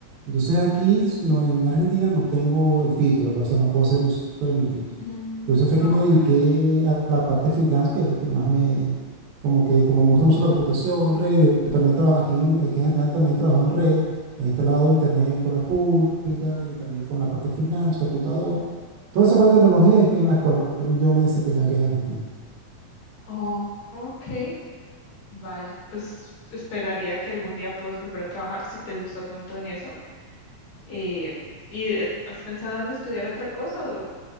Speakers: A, on the right (about 75°); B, on the left (about 50°).
A: Entonces aquí, s- no, en Argentina, no tengo el título, pues, o sea, no puedo hacer uso de mi título.
B: Mm,
A: Por eso fue que
B: okay.
A: me dediqué a la parte freelance, que es la que más me, como que, como me gusta mucho la computación, redes, yo también trabajo aquí, en- aquí en Argentina también trabajo en redes, he instalado internet en escuelas públicas y también con la parte freelance, computadora. Toda esa parte de tecnología es que en la cual yo me desempeñaba aquí en Argentina.
B: Oh, okay. Vaya, pues esperaría que algún día puedas volver a trabajar si te gusta tanto en eso. Eh, ¿y eh, has pensado en estudiar otra cosa o,